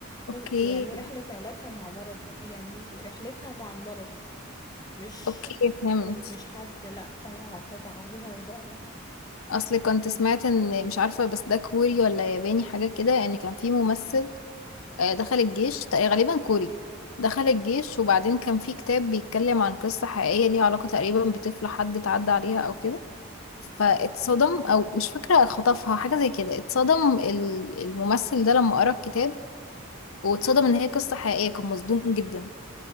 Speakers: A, on the left (about 80°); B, on the left (about 20°).
A: اوكي
B: بس- يعني رحلة علاجها مع مرض يعني رحلتها مع المرض مش
A: اوكي فهمت
B: مش حد لا آه، اعتدى عليها ولا لا
A: اصل كنت سمعت ان مش عارفة بس ده كوري ولا ياباني حاجة كده ان كان في ممثل آه، دخل الجيش تق- غالبا كوري دخل الجيش وبعدين كان في كتاب بيتكلم عن قصة حقيقية ليها علاقة تقريبا بطفلة حد اتعدى عليها او كده فاتصدم او مش فاكره خطفها حاجه زي كده اتصدم ال- الممثل ده لما قرا الكتاب واتصدم ان هي قصه حقيقيه كان مصدوم جدا